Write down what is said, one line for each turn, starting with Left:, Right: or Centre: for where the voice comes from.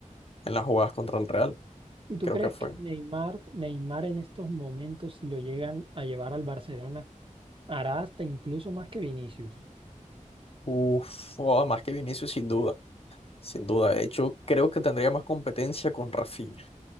Left: en las jugadas contra el Real,
Right: ¿Y tú
Left: creo
Right: crees
Left: que fue.
Right: que Neymar, Neymar en estos momentos, si lo llegan a llevar al Barcelona, hará hasta incluso más que Vinicius?
Left: Uf, oh, más que Vinicius sin duda. Sin duda, de hecho, creo que tendría más competencia con Rafinha.